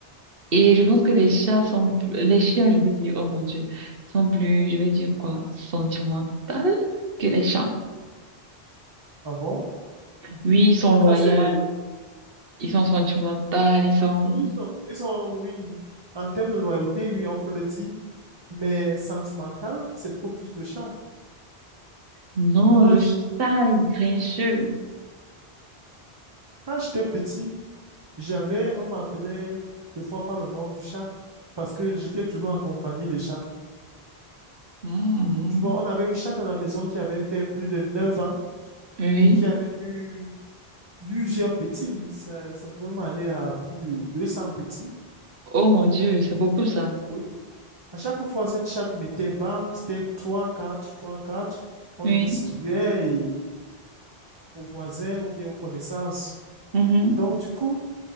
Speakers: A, on the right; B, on the right.
A: Et je pense que les chats sont, plus- les chiens, je veux dire, oh mon Dieu, sont plus, je veux dire quoi, sentimentaux que les chats.
B: Ah bon?
A: Oui, ils sont loyaux,
B: Ça, c'est.
A: ils sont sentimentaux, ils sont...
B: Ils sont, ils sont, oui. En termes de loyauté, oui, on peut le dire. Mais sentimental, c'est beaucoup plus le chat.
A: Non,
B: Moi,
A: le
B: je-
A: chat est grincheux.
B: quand j'étais petit, j'avais, on m'appelait deux fois par le nom du chat. Parce que j'étais toujours en compagnie des chats.
A: Mhm.
B: Tu vois, on avait une chatte à la maison qui avait fait plus de 9 ans
A: Oui.
B: et qui avait eu plusieurs petits. Ça, ça pouvait m'aller à plus de 200 petits.
A: Oh mon Dieu, c'est beaucoup ça.
B: Oui. À chaque fois, cette chatte mettait banque, c'était 3, 4, 3, 4. On
A: Oui.
B: distribuait et aux voisins ou bien aux connaissances.
A: Mhm.
B: Donc, du coup,